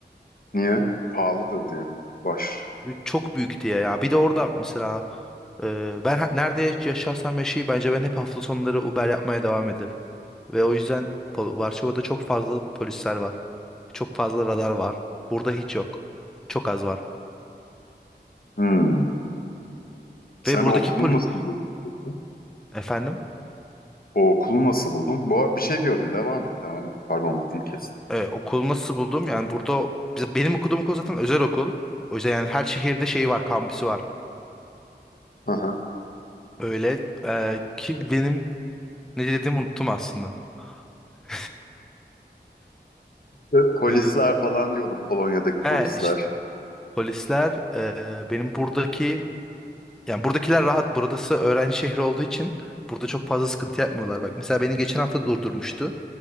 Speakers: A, on the left; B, in the centre.
A: Niye? Pahalıdır diye mi? Baş.
B: Çok büyük diye ya. Bir de orada mesela e, ben ha- nerede yaşarsam yaşayayım bence ben hep hafta sonları Uber yapmaya devam ederim. Ve o yüzden Pol- Varşova'da çok fazla polisler var. Çok fazla radar var. Burada hiç yok. Çok az var.
A: Hmm. Sen
B: Ve buradaki
A: o okulu
B: poli
A: nasıl buldun peki?
B: efendim
A: O okulu nasıl buldun? Bu arada bir şey diyordun. Devam et, devam et. Pardon lafını kestim.
B: e, okulu nasıl buldum? Yani burada biz- benim okuduğum okul zaten özel okul. O yüzden yani her şehirde şeyi var, kampüsü var.
A: Aha.
B: Öyle e, ki benim ne dediğimi unuttum aslında. <laughs>
A: E, Polisler
B: Ne dediğimi-
A: falan diyordum Polonya'daki
B: He
A: polisler.
B: işte. Polisler e, benim buradaki yani buradakiler rahat. Burası öğrenci şehri olduğu için burada çok fazla sıkıntı yapmıyorlar. Bak mesela beni geçen hafta durdurmuştu.